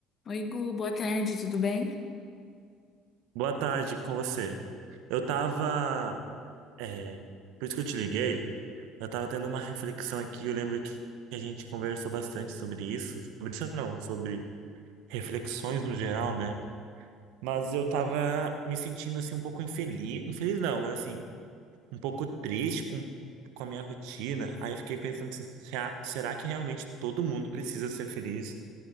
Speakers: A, on the left; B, on the right.
A: Oi, Gu, boa tarde, tudo bem?
B: Boa tarde com você. Eu tava, é, por isso que eu te liguei, eu tava tendo uma reflexão aqui, eu lembro que a gente conversou bastante sobre isso, sobre isso não, sobre reflexões no geral, né? Mas eu tava me sentindo assim um pouco infeliz, infeliz não, mas assim, um pouco triste com, com a minha rotina. Aí eu fiquei pensando assim, será, será que realmente todo mundo precisa ser feliz